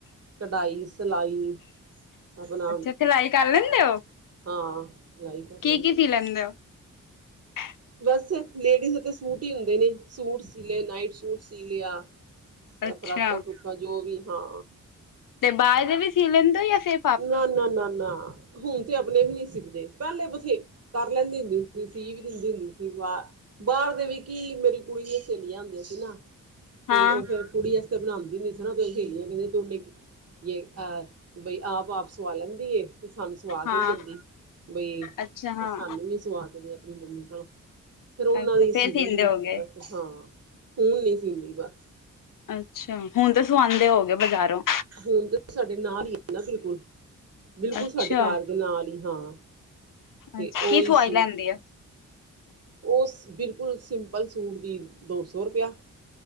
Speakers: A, on the right; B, on the left.
A: ਕਢਾਈ, ਸਿਲਾਈ, ਆਪਣਾ
B: ਅੱਛਾ ਸਿਲਾਈ ਕਰ ਲੈਂਦੇ ਹੋ?
A: ਹਾਂ। ਸਿਲਾਈ ਕਰ
B: ਕੀ
A: ਲੈਂਦੇ।
B: ਕੀ ਸੀ <inaudible>
A: ਬਸ ਲੇਡੀਜ਼ ਸੂਟ ਈ ਹੁੰਦੇ ਨੇ ਸੂਟ ਸੀ ਲਿਆ ਨਾਈਟ ਸੂਟ ਸੀ ਲਿਆ।
B: ਅੱਛਾ,
A: ਆ ਫਰਾਕਾਂ-ਫਰੂਕਾਂ ਜੋ ਵੀ ਹਾਂ।
B: ਤੇ ਬਾਹਰ ਦੇ ਵੀ ਸੀ ਲੇਦਾ ਜਾ ਫੇਰ
A: ਨਾਂ-ਨਾਂ-ਨਾਂ-ਨਾਂ ਹੁਣ ਤੇ ਆਪਣੇ ਵੀ ਨੀ ਸਿਲਦੇ। ਪਹਿਲੇ ਬਥੇਰੇ ਕਰ ਲੈਂਦੀ ਹੁੰਦੀ ਸੀ, ਸੀ ਵੀ ਦਿੰਦੀ ਹੁੰਦੀ ਸੀ ਵਾਹ ਬਾਰ ਦੇ ਵੀ ਕੀ ਮੇਰੀ ਕੁੜੀ ਦੀ ਸਹੇਲੀਆਂ ਹੁੰਦੀਆਂ ਸੀ ਨਾ
B: ਹਾਂ।
A: ਤੇ ਉਹ ਫਿਰ ਕੁੜੀ ਆਸਤੇ ਬਣਾਦੀ ਹੁੰਦੀ ਸੀ ਨਾਂ ਤੇ ਸਹੇਲੀਆਂ ਕਹਿੰਦੀਆਂ, <unintelligible> ਜੇ ਆਪ ਬਈ ਆਪ ਆਪਸ ਸਵਾ ਲੈਂਦੀ ਏ ਤੇ ਸਾਨੂੰ ਸਵਾ
B: ਹਾਂ,
A: ਕੇ ਨੀ ਦਿੰਦੀ ਬਈ
B: ਅੱਛਾ ਹਾਂ,
A: ਸਾਨੂੰ ਵੀ ਸਵਾ ਕੇ ਦੇ। ਵੀ ਮੰਮੀ ਕੋਲ, ਫਿਰ ਉਹਨਾਂ
B: ਅੱਛਾ
A: ਦੇ
B: ਫੇਰ
A: ਸੀ ਦੇ
B: ਸੀਂਦੇ
A: ਦਿੰਦੇ
B: ਹੋਗੇ।
A: ਸੀ ਬਸ। ਹਾਂ ਹੁਣ ਨੀਂ ਸੀਂਦੀ ਪਰ।
B: ਅੱਛਾ ਹੁਣ ਤਾਂ ਸਵਾਂਦੇ ਹੋ ਗਏ ਬਜ਼ਾਰੋਂ।
A: ਹੁਣ ਤੇ ਸਾਡੇ ਨਾਲ ਈ ਆ ਨਾਂ ਬਿਲਕੁਲ-ਬਿਲਕੁਲ
B: ਅੱਛਾ,
A: ਸਾਡੇ ਘਰ। ਨਾਲ ਈ ਹਾਂ, ਤੇ
B: ਅੱਛਾ ਕੀ
A: ਔਈ
B: ਸਵਾਈ
A: ਸੀ।
B: ਲੈਂਦੀ ਹੈ?
A: ਉਹ ਬਿਲਕੁਲ ਸਿੰਪਲ ਸੂਟ ਦੀ ਦੋ ਸੌ ਰੁਪਇਆ।